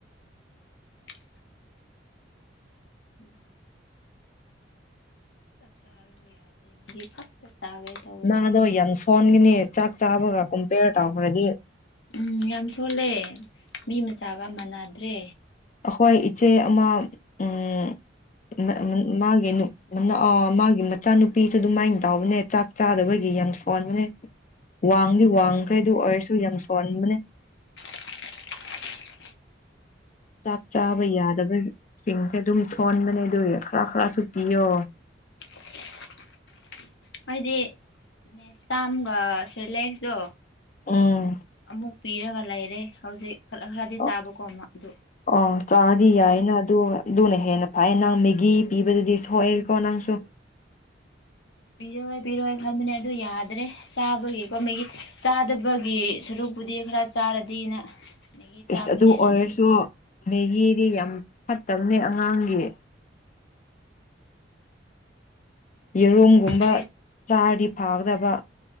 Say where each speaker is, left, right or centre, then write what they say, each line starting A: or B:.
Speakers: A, on the left (about 70°); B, on the left (about 40°).
A: <inaudible> ꯃꯥꯅꯦ ꯆꯥꯛ ꯆꯥꯎ ꯌꯥꯗꯦ ꯃꯦꯒꯤ ꯈꯛꯇ ꯆꯥꯒꯦ ꯇꯧꯋꯦ
B: ꯃꯥꯗꯣ ꯌꯥꯝ ꯁꯣꯟꯒꯅꯤ ꯆꯥꯛ ꯆꯥꯕꯒ ꯀꯨꯝꯄꯦꯌꯔ ꯇꯧꯈ꯭ꯔꯗꯤ
A: ꯎꯝ ꯌꯥꯝ ꯁꯣꯜꯂꯦ ꯃꯤ ꯃꯆꯥꯒ ꯃꯥꯟꯅꯗ꯭ꯔꯦ
B: ꯑꯈꯣꯏ ꯏꯆꯦ ꯑꯃ ꯎꯝ <unintelligible> ꯃꯥꯒꯤ ꯑꯣ ꯃꯥꯒꯤ ꯃꯆꯥꯅꯨꯄꯤꯁꯨ ꯑꯗꯨꯃꯥꯏꯅ ꯇꯧꯕꯕꯅꯦ ꯆꯥꯛ ꯆꯥꯗꯕꯒꯤ ꯌꯥꯝ ꯁꯣꯟꯕꯅꯦ ꯋꯥꯡꯗꯤ ꯋꯥꯡꯈ꯭ꯔꯦ ꯑꯗꯨ ꯑꯣꯏꯔꯁꯨ ꯌꯥꯝ ꯁꯣꯟꯕꯅꯦ
A: <inaudible>
B: ꯆꯥꯛ ꯆꯥꯕ ꯌꯥꯗꯕ ꯁꯤꯡꯁꯦ ꯑꯗꯨꯝ ꯁꯣꯟꯕꯅꯦ ꯑꯗꯨꯒꯤ ꯈꯔ ꯈꯔꯁꯨ ꯄꯤꯌꯣ
A: <inaudible> ꯍꯥꯏꯗꯤ ꯅꯦꯛꯁꯄꯥꯝꯒ ꯁꯦꯔꯤꯂꯦꯛꯁꯇꯣ
B: ꯎꯝ
A: ꯑꯃꯨꯛ ꯄꯤꯔꯒ ꯂꯩꯔꯦ ꯍꯧꯖꯤꯛ ꯈꯔ ꯈꯔꯗꯤ
B: ꯑꯣ
A: ꯆꯥꯕ ꯀꯣꯝꯃ ꯑꯗꯨ
B: ꯑꯣ ꯆꯥꯔꯗꯤ
A: ꯑꯗꯨꯒꯤ
B: ꯌꯥꯏꯅ ꯑꯗꯨ ꯑꯗꯨꯅ ꯍꯦꯟꯅ ꯍꯥꯏ ꯅꯪ ꯃꯦꯒꯤ ꯄꯤꯕꯗꯨꯗꯤ ꯁꯣꯏꯑꯦꯀꯣ ꯅꯪꯁꯨ
A: ꯄꯤꯔꯣꯏ ꯄꯤꯔꯣꯏ ꯈꯟꯕꯅꯦ ꯑꯗꯨ ꯌꯥꯗ꯭ꯔꯦ ꯆꯥꯕꯒꯤꯀꯣ ꯃꯒꯤ ꯆꯥꯗꯕꯒꯤ ꯁꯔꯨꯛ ꯕꯨꯗꯤ ꯈꯔ ꯆꯥꯔꯗꯤꯅ ꯃꯦꯒꯤ ꯆꯥꯕꯅꯦꯅ
B: ꯏꯁ ꯑꯗꯨ ꯑꯣꯏꯔꯁꯨ
A: ꯑꯗꯨꯝ
B: ꯃꯦꯒꯤꯗꯤ ꯌꯥꯝ ꯐꯠꯇꯕꯅꯦ ꯑꯉꯥꯡꯒꯤ ꯌꯦꯔꯨꯝꯒꯨꯝꯕ
A: ꯈꯪꯗ꯭ꯔꯦ
B: ꯆꯥꯔꯗꯤ ꯐꯒꯗꯕ